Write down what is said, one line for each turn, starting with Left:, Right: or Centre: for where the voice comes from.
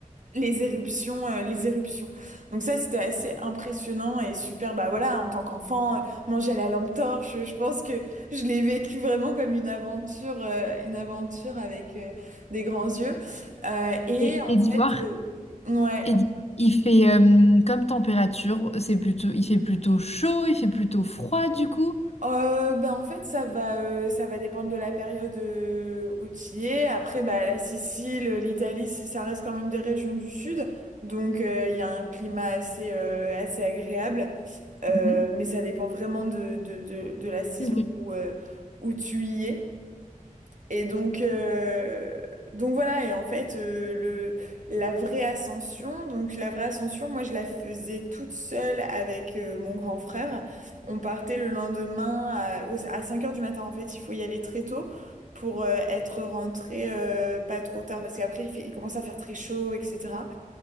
Right: les éruptions, euh, les éruptions. Donc ça, c'était assez impressionnant et super. Bah voilà, en tant qu'enfant, euh, manger à la lampe torche, je pense que je l'ai vécu vraiment comme une aventure, euh, une aventure avec euh, des grands yeux. Euh, et
Left: Et, et
Right: en
Left: d'Ivoire,
Right: fait, euh, ouais.
Left: et d'Ivoire, il fait euh, comme température, c'est plutôt, il fait plutôt chaud, il fait plutôt froid du coup.
Right: Euh, ben en fait, ça va, euh, ça va dépendre de la période euh, où tu y es. Après, bah, la Sicile, l'Italie, c'est- ça reste quand même des régions du sud. Donc, euh, il y a un climat assez, euh, assez agréable. Euh,
Left: Mhm.
Right: mais ça dépend vraiment de, de, de, de la saison
Left: Ok.
Right: où, euh, où tu y es. Et donc, euh, donc voilà, et en fait, euh, le, la vraie ascension, donc la vraie ascension, moi je la faisais toute seule avec euh, mon grand frère. On partait le lendemain à, au- à 5 heures du matin, en fait, il faut y aller très tôt pour euh, être rentré euh, pas trop tard, parce qu'après il fait, il commence à faire très chaud, etc.